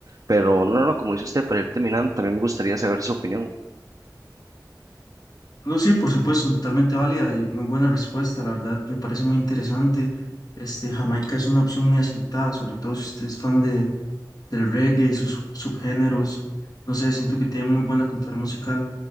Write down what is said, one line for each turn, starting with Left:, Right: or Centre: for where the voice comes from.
Right: Pero no, no, no, como dice usted, para ir terminando, también me gustaría saber su opinión.
Left: No, sí, por supuesto, totalmente válida y muy buena respuesta, la verdad, me parece muy interesante. Este, Jamaica es una opción muy acertada, sobre todo si usted es fan de, del reggae y sus subgéneros. No sé, siento que tiene muy buena cultura musical.